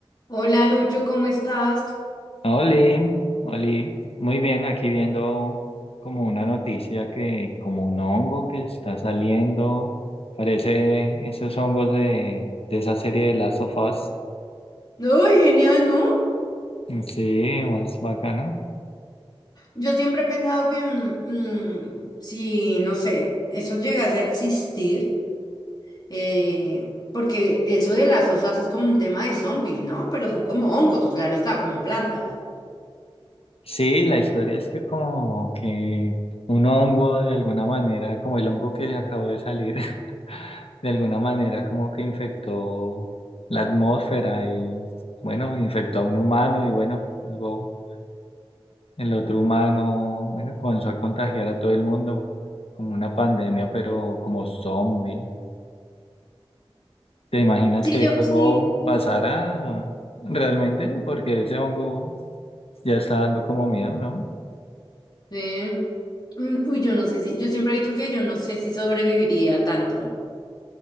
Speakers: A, on the left; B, on the left.
A: Hola Lucho, ¿cómo estás?
B: Oli, Oli, muy bien, aquí viendo como una noticia que como un hongo que está saliendo, parece esos hongos de, de esa serie de Last of Us.
A: Ay, genial, ¿no?
B: Sí, más bacana.
A: Yo siempre he pensado que mm, mm, si, no sé, eso llegase a existir, eh, porque eso de las osas es como un tema de zombies, ¿no? Pero son como hongos, claro está, como plantas.
B: Sí, la historia es que como que un hongo de alguna manera, como el hongo que acabó de salir, <laughs> de alguna manera como que infectó la atmósfera y bueno, infectó a un humano y bueno, luego el otro humano, bueno, comenzó a contagiar a todo el mundo, como una pandemia, pero como zombie. ¿Te imaginas
A: Sí,
B: que
A: yo,
B: eso
A: sí.
B: pasara realmente? Porque ese hongo ya está dando como miedo, ¿no?
A: Sí. Mm, Uy, yo no sé si, yo siempre he dicho que yo no sé si sobreviviría tanto.